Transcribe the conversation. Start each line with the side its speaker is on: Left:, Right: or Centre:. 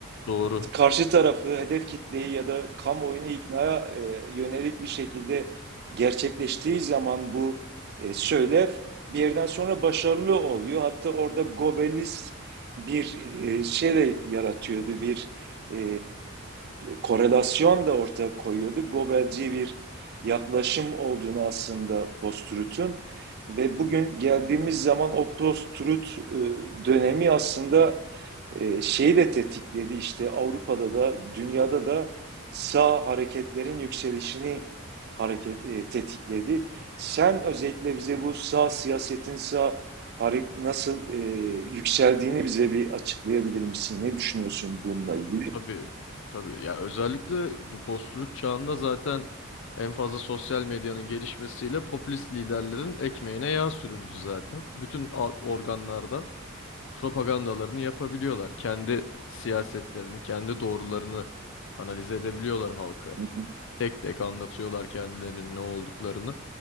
Left: doğru.
Right: karşı tarafı, hedef kitleyi ya da kamuoyunu iknaya e, yönelik bir şekilde gerçekleştiği zaman bu e, söylev bir yerden sonra başarılı oluyor. Hatta orada Gobelist bir e, şey de yaratıyordu, bir e, korelasyon da ortaya koyuyordu. Gobelci bir yaklaşım olduğunu aslında post-truth'un ve bugün geldiğimiz zaman o post-truth e, dönemi aslında e, şeyi de tetikledi işte Avrupa'da da dünyada da sağ hareketlerin yükselişini hareket e, tetikledi. Sen özellikle bize bu sağ siyasetin sağ hare- nasıl e, yükseldiğini bize bir açıklayabilir misin? Ne düşünüyorsun bununla ilgili?
Left: Tabii. Tabii. Ya özellikle bu post-truth çağında zaten en fazla sosyal medyanın gelişmesiyle popülist liderlerin ekmeğine yağ sürüldü zaten. Bütün a- organlardan propagandalarını yapabiliyorlar. Kendi siyasetlerini, kendi doğrularını kanalize edebiliyorlar halka.
Right: Hı hı,
Left: Tek tek anlatıyorlar kendilerinin ne olduklarını.